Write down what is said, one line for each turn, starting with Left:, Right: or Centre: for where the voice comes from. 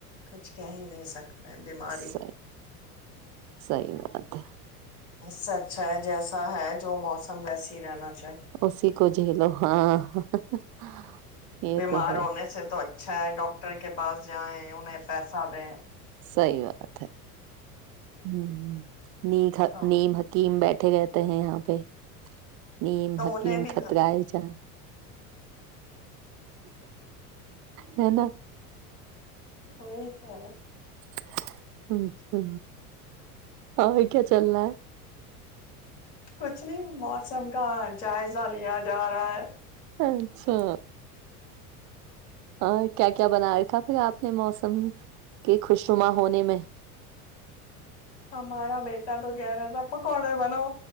Left: کچھ کہہ ہی نہیں سکتے۔۔۔۔ بیماری
Right: صحیح۔ صحیح بات ہے۔
Left: اس سے اچھا ہے جیسا ہے جو موسم ویسے ہی رہنا چ۔۔۔
Right: اس ہی کو جھیلو۔ ہاں۔ <unintelligible>
Left: بیمار
Right: تو ہے
Left: ہونے سے تو اچا۔۔۔ اچھا ہے ڈاکٹر کے پاس جیں انہیں پیسہ دیں
Right: صحی بات ہے ہ ہ نی
Left: تو
Right: نیم حکیم بیٹھ بیٹھے گتے ہیں یہاں پہ نیم حکیم
Left: انہیں بھی
Right: خطرائے جان ہے نا <unintelligible>
Left: یہ تو ہے
Right: <inaudible> اچھا اور کیا چل رہا ہے
Left: کچھ نہیں موسم کا جائزہ لیا جا رہا ہے
Right: اچھا ہ کیا کیا بنایا تھا پھر آپ نے موسم کے خوشنما ہونے میں
Left: ہمارا بیٹا تو گہ رہا تھا آپ کون ہے بنو